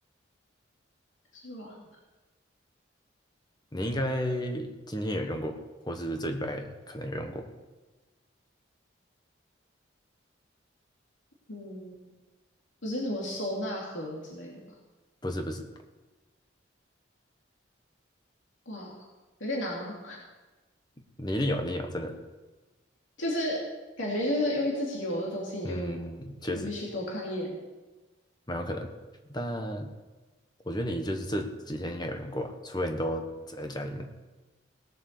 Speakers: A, on the left; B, on the left.
A: 它是软的。
B: 你应该今天有用过，或是这礼拜可能有用过。
A: 嗯，不是什么收纳盒之类的吧？
B: 不是不是，
A: 哇，有点难哦。
B: 你一定有，你一定有，真的。
A: 就是感觉就是因为自己有的东西，你就不会去多看一眼。
B: 嗯，确实蛮有可能。但我觉得你就是这几天应该有用过啊，除非你都宅在家里面，